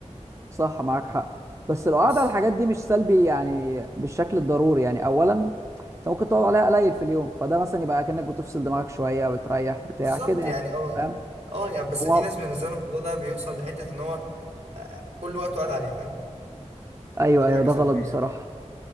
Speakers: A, on the right (about 25°); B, on the right (about 65°).
A: صح معاك حق بس لو قعد
B: بس
A: على الحاجات دي مش سلبي يعني بالشكل الضروري يعني اولا انت ممكن تقعد عليها قليل في اليوم فده مثلا يبقى كأنك بتفصل دماغك شوية بتريح بتاع
B: بالظبط
A: كده يعني
B: يعني اه
A: فاهم
B: اه يعني بس
A: و...
B: في ناس بالنسبه لهم الموضوع ده بيوصل لحته ان هو آه، كل وقته قاعد عليه فاهم
A: ايوه
B: فدي
A: ايوه
B: حاجه
A: ده
B: سلبيه
A: غلط بصراحة
B: يعني